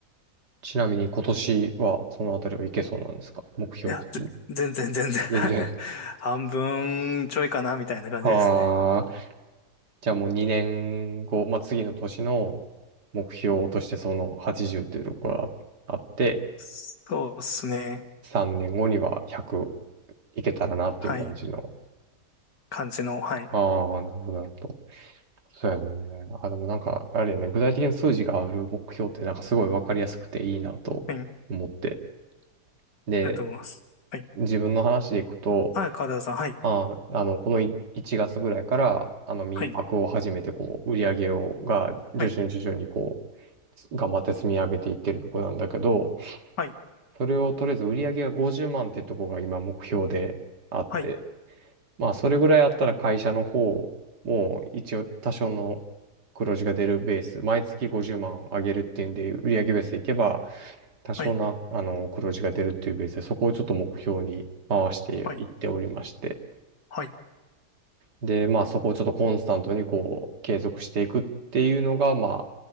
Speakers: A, on the right (about 75°); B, on the left (about 80°).
A: ちなみに今年はそのあたりはいけそうなんですか目標的に。
B: や、ぜ全然全然
A: 全然。
B: <laughs> 半分ちょいかな、みたいな感じですね。
A: ああ。じゃあもう2年後、まあ、次の年の目標としてその80というところがあって、
B: そうですね。
A: 3年後には100いけたらなっていう感じの。
B: はい。感じの、はい。
A: ああ、なるほど、なるほど。そうやね。あ、でもなんか、あれやね、具体的な数字がある目標ってなんかすごいわかりやすくていいなと思って。
B: はい。あり
A: で、
B: がとうございます。はい。
A: 自分の話でいくと、
B: はい、川田さん、はい。
A: あ、あの、このい1月ぐらいから、あの、民泊を始めて、
B: はい。
A: こう、売り上げを、が、徐々に徐々にこ
B: はい
A: う、頑張って積み上げていってるとこなんだけど、
B: はい、
A: それをとりあえず売り上げが50万ってとこが今目標であって、
B: はい、
A: まあ、それぐらいあったら会社の方も一応多少の黒字が出るベース、毎月50万上げるっていうんで、売上ベースでいけば多少な、
B: はい、
A: あの、黒字が出るっていうベースで、そこをちょっと目標に回していっておりまして。
B: はい、はい、
A: で、まあ、そこをちょっとコンスタントにこう、継続していくっていうのが、ま